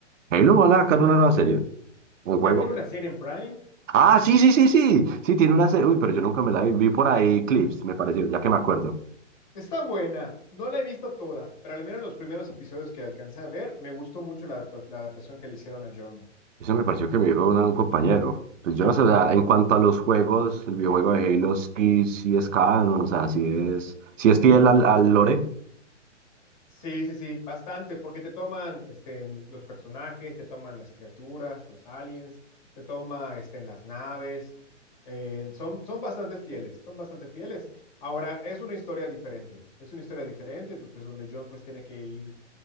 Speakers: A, on the right (about 85°); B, on the left (about 40°).
A: Ahí lo van a sacar una nueva serie, un
B: Ya
A: juego.
B: tiene una serie en Prime.
A: Ah, sí, sí, sí, sí. Sí, tiene una serie. Uy, pero yo nunca me la vi. Vi por ahí clips, me pareció, ya que me acuerdo.
B: Está buena, no la he visto toda, pero al menos los primeros episodios que alcancé a ver, me gustó mucho la, adapta- la adaptación que le hicieron a John.
A: Eso me pareció que me dijo una- un compañero. Pues yo no sé, o sea, en cuanto a los juegos, el videojuego de Halo sí, sí es canon, o sea, sí es, sí es fiel al, al lore.
B: Sí, sí, sí, bastante, porque te toman este, los personajes, te toman las criaturas, los aliens, te toma este, las naves. eh, son, son bastante fieles, son bastante fieles. Ahora, es una historia diferente, es una historia diferente, tú, pues donde John pues tiene que ir,